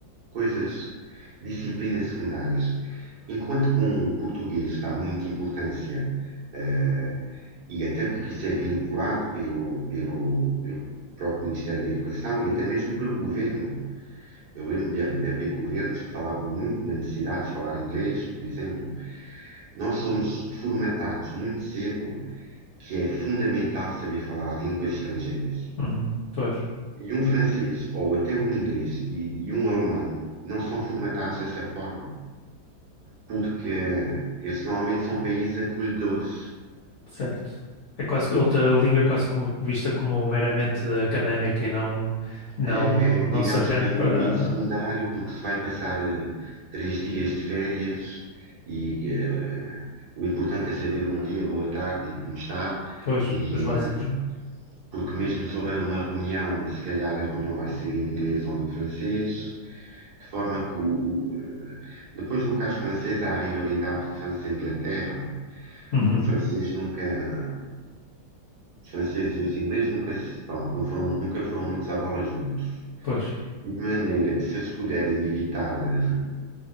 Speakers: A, on the right (about 65°); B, on the left (about 65°).
A: coisas, disciplinas secundárias. Enquanto que um português dá muita importância, eh, e até porque isso é vinculado pelo, pelo, pelo próprio Ministério da Educação e até mesmo pelo governo. Eu lembro de, de haver governos que falavam muito na necessidade de falar inglês, por exemplo. Nós somos formatados muito cedo que é fundamental saber falar línguas estrangeiras.
B: Uhum, pois,
A: E um francês, ou até um inglês e, e um alemão, não são formatados dessa forma. porque eles normalmente são países acolhedores.
B: certo. É quase que outra língua quase como- vista como meramente académica e não, não,
A: É,
B: não
A: é, digamos
B: se aprende
A: que é um
B: para,
A: elemento secundário, porque se vai passar eh, três dias de férias e eh, o importante é saber bom dia, boa tarde e como está.
B: pois,
A: E,
B: os
A: eh,
B: básicos.
A: porque mesmo se houver uma reunião, se calhar a reunião vai ser em inglês ou em francês, de forma que o- o, eh, depois no caso francês há a rivalidade França-Inglaterra.
B: Uhum,
A: O francês nunca Os franceses e os ingleses nunca, se- pronto, não foram, nunca foram muito à bola juntos.
B: pois.
A: E de maneira que, se eles puderem evitar eh,